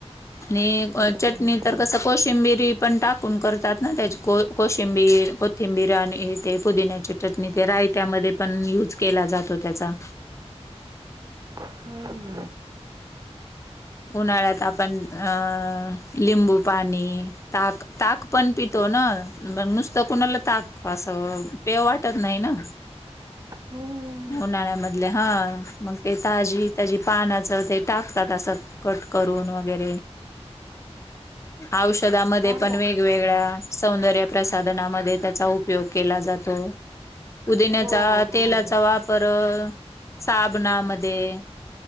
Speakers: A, on the left (about 25°); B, on the right (about 30°).
A: आणि
B: अजूनच
A: चटणी
B: आहे.
A: तर कसं कोशिंबीरी पण टाकून करतात ना त्याची को कोशिंबी कोथिंबीर आणि ते पुदिन्याचे चटणी ते रायत्यामध्ये पण युज केला जातो त्याचा.
B: हम.
A: उन्हाळ्यात आपण अ लिंबू पाणी. ताक ताक पण पितो ना मग नुसतं कुणाला ताक असं प्याव वाटत नाही ना.
B: हम्म. हम्म.
A: उन्हाळ्यामधले हा. मग ते ताजी त्याज पानाचं ते टाकतात असं. कट करून वगैरे औषधामध्ये
B: छान
A: पण
B: लागते
A: वेगवेगळ्या.
B: ते.
A: सौंदर्य प्रसाधनामध्ये त्याचा उपयोग केला जातो. उदिण्याचा
B: हो बरोबर.
A: तेलाचा वापर साबणामध्ये